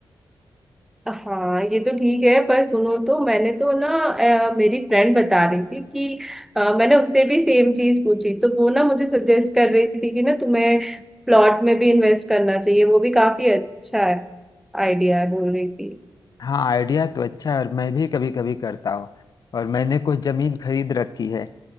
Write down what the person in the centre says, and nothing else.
हाँ ये तो ठीक है पर सुनो तो मैंने तो ना अ, मेरी फ्रेंड बता रही थी कि अ, मैंने उससे भी सेम चीज पूछी तो वो ना मुझे सजेस्ट कर रही थी कि ना तुम्हें प्लॉट में भी इन्वेस्ट करना चाहिए वो भी काफी अच्छा है आइडिया है बोल रही थी